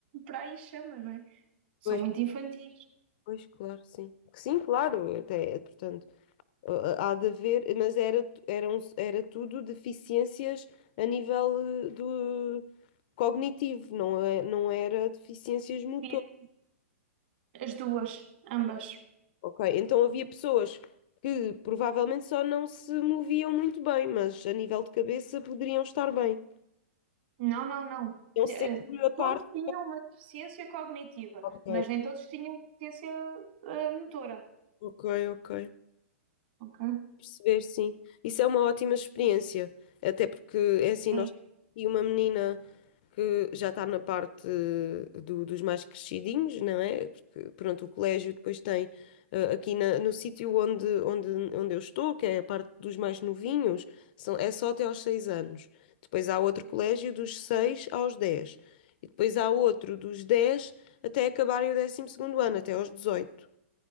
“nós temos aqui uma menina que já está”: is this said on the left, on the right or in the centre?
Left